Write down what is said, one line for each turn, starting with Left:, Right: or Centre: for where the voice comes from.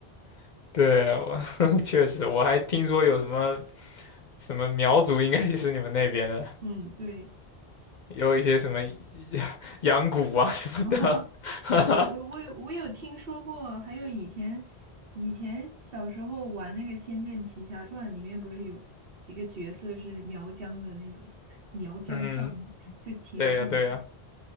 Left: <laughs> 对，我 <laughs> 确实，我还听说有什么什么苗族，应该也是你们那边的，
Right: 嗯，对。
Left: 也有一些什么 <laughs> 羊骨啊什么的。
Right: <laughs> 哈哈，
Left: <laughs>
Right: 我我我有我有听说过，还有以前以前小时候玩那个《仙剑奇侠传》，里面不是有几个角色是苗疆的那种苗疆少女，
Left: 嗯，
Right: 就挺有印象。
Left: 对呀，对呀，